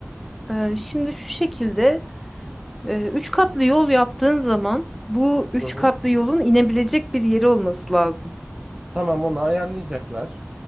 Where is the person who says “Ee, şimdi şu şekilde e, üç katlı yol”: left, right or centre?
Centre